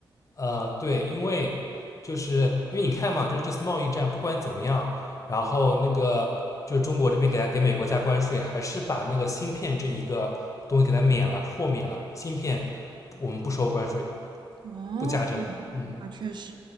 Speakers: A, on the left; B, on the right.
A: 呃，对，因为就是因为你看嘛，就是这次贸易战不管怎么样，然后那个就是中国这边给他给美国加关税，还是把那个芯片这一个东西给它免了，豁免了，芯片我们不收关税，
B: 哦，
A: 不加征，嗯，
B: 那确实。